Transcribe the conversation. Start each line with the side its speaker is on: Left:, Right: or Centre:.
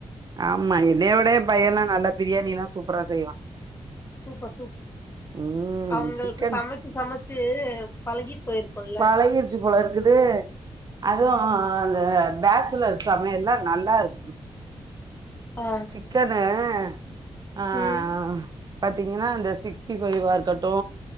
Right: ஆமா என்னயவிட எ பையல்லா நல்ல பிரியாணிலா சூப்பரா செய்வா
Left: சூப்பர் சூ
Right: உம்
Left: அவுங்களுக்கு
Right: சிக்கன்
Left: சமச்சு சமச்சு பழகி போய்ருக்குல்ல
Right: பழகிருச்சு போல இருக்குது அதுவும் அந்த பேச்சுலர்ஸ் சமயல்லா நல்லாருக்குது
Left: ஆ
Right: சிக்கனு அ ஆஹ்
Left: ம்
Right: பாத்தீங்கனா இந்த சிக்ஸ்டி ஃபைவா இருக்கட்டு